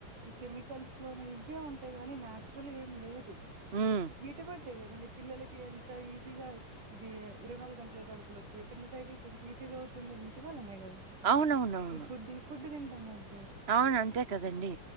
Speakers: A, on the right (about 65°); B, on the right (about 35°).
A: ఈ కెమికల్స్ లోనే ఇవ్వే ఉంటయి గా కానీ నాచురల్ ఏం లేదు
B: హ్మ్.
A: వీటి బట్టే గద నీ పిల్లలకి ఎంత ఇజ్ ఈజీగా అ అది ఇరవై నాలుగు గంటలు కడుపులోకి ఏపెండిసైటిస్ ఎంత ఈజీగా అవుతుంది వీటి వల్లనే గదా
B: అవునవునవును.
A: ఈ ఫుడ్ ఈ ఫుడ్ తింటం వల్ల
B: అవును అంతే కదండి